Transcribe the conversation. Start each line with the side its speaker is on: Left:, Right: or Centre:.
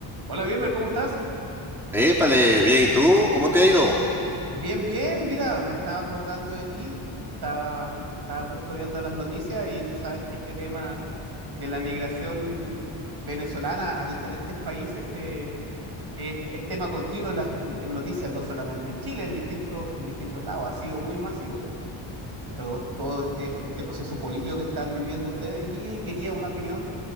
Right: Hola, Wilmer, ¿cómo estás?
Centre: Épale, bien, ¿y tú? ¿Cómo te ha ido?
Right: Bien, bien, mira, me estaba acordando de ti, estaba, estaba justo viendo las noticias y tú sabes que este tema de la migración venezolana a diferentes países eh, es, es tema continuo en, las, en, en noticias, no solamente en Chile, en distintos, en distintos lados, ha sido muy masivo todo, todo este, este proceso político que están viviendo ustedes y quería una opinión